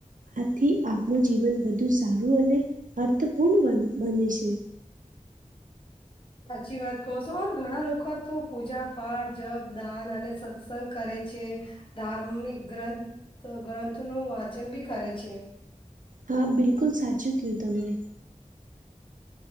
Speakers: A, on the right; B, on the left.
A: આથી આપનું જીવન વધુ સારું અને અર્થપૂર્ણ બ બને છે.
B: હાચી વાત કહો છો ઓર ઘણા લોકો તો પૂજા, પાઠ, જપ, દાન, અને સત્સંગ કરે છે. ધાર્મિક ગ્રંથ ગ્રંથનું વાંચન બી કરે છે.
A: હા બિલકુલ સાચું કયુ તમે